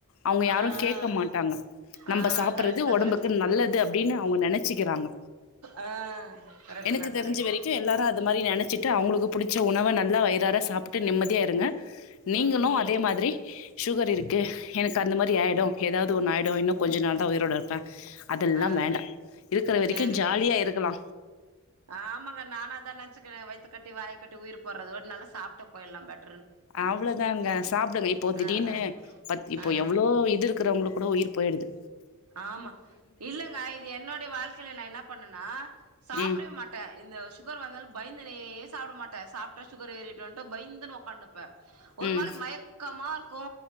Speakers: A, on the left; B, on the right.
A: அவுங்க யாரு
B: ஆ
A: கேக்கமாட்டாங்க
B: ஆ
A: நம்ப
B: ஆ
A: சாப்புறது
B: அது கரெக்ட் தா
A: ஒடம்புக்கு
B: கரெக்ட் தா
A: நல்லது அப்டின்னு அவுங்க நெனச்சிக்கிறாங்க
B: ஆ கரெக்ட்
A: எனக்கு
B: தா
A: தெரிஞ்ச
B: கரெக்ட்
A: வெரைக்கு
B: தா
A: எல்லாரு அது மாரி நெனச்சிட் டு அவுங்ளுக்கு புடிச்ச உணவ நல்லா வயிறாற சாப்ட்டு நிம்மதியா இருங்க நீங்களு
B: ம்
A: அ தே மாதிரி சுகர் இருக்கு எனக்கு அந்த மாதிரி
B: ஆ
A: ஆயிடு ஏதாவ்து ஒன்னு ஆயிடு இன்னோ கொஞ்ச நாள் தா உயிரோடு இருப்பே அதெல்லா
B: ஆ
A: வேண்டா இருக்குற வெரைக்கு
B: சேரிங்க
A: ஜாலியா
B: சேரிங்க
A: இருக்கலா
B: ஆமாங்க நானு அதா நென்ச்சுக்குரே வய்த்தக்கட்டி வாய கட்டி உயிர் போறது ஒரு நல்லா சாப்ட்டு போய்ல்லா பெட்
A: அவ்ளோதாங்க சாப்டுங்க இப்போ திடீனு
B: ஆ ஆ
A: பத் இப்போ
B: ஆ
A: எவ்ளோ இது இருக் குறவங்ளுக்கு கூட உயிர் பெய்டுது
B: ஆமா இல்லங்க இது என்னோடைய வாழ்க்கையில நா என்னா பண்ணனா சாப்டவே
A: ம்
B: மாட் டா இந்த சுகர் வந்தாலு பயந்துனே சாப்ட மாட்டே சாப்ட்டா ஷூகர் ஏறிடோன்டு பயந்துனு உக்காந்துரு ப ஒரு
A: ம்
B: மாரி மயக் கமா இருக்கோ